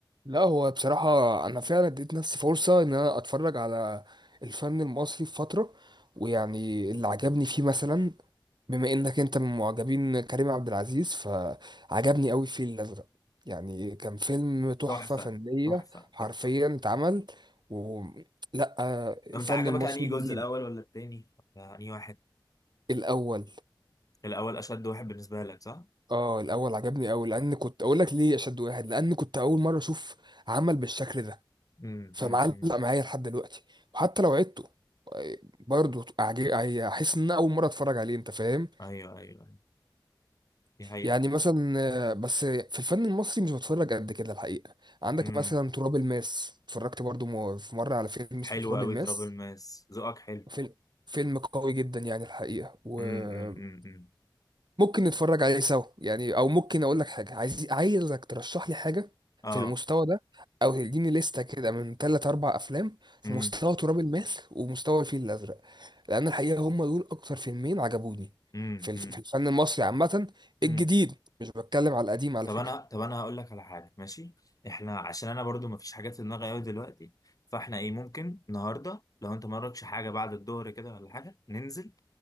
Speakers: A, on the right; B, on the left.
A: لا هو بصراحة انا فعلا اديت نفسي فرصة ان انا اتفرج على الفن المصري في فترة ويعني اللي عجبني فيه مثلا بما انك انت من معجبين كريم عبد العزيز فعجبني قوي الفيل الازرق يعني كان فيلم تحفة
B: تحفة
A: فنية
B: تحفة
A: حرفيا
B: تحفة
A: اتعمل و لا الفن
B: طب أنت عجبك
A: المصري
B: أنهي
A: بيجيب
B: جزء الأول ولا التاني؟ ولا أنهي واحد؟
A: الاول
B: الأول أشد واحد بالنسبة لك صح؟
A: اه الاول عجبني قوي لان كنت اقول لك ليه اشد واحد لان كنت اول مرة اشوف عمل بالشكل ده
B: امم
A: فمعلق
B: امم أمم.
A: معايا لحد دلوقتي وحتى لو عدته آه، برضه أعج- احس ان أنا اول مرة اتفرج عليه انت فاهم
B: ايوه ايوه أيوة. دي حقيقة
A: يعني مثلا آه، بس في الفن المصري مش بتفرج قد كده الحقيقة عندك
B: امم
A: مثلا تراب الماس اتفرجت برضو م- في مرة على فيلم
B: حلو
A: اسمه تراب
B: قوي
A: الماس
B: ترابل ماس ذوقك حلو
A: فيلم فيلم قوي جدا يعني الحقيقة وممكن
B: امم امم امم أمم.
A: نتفرج عليه سوا يعني او ممكن اقول لك حاجة عايز عايزك ترشح لي حاجة
B: اه
A: في المستوى ده او تديني لستة كده من ثلاث اربع افلام في
B: امم
A: مستوى تراب الماس ومستوى الفيل الازرق لان الحقيقة هم دول اكتر فيلمين عجبوني
B: امم
A: في الف- في الفن المصري عامة
B: امم
A: الجديد مش بتكلم على القديم على
B: طب
A: فكرة
B: انا طب انا هقول لك على حاجه ماشي احنا عشان انا برضو ما فيش حاجات في دماغي قوي دلوقتي فاحنا ايه ممكن النهارده لو انت ما وراكش حاجه بعد الظهر كده ولا حاجه ننزل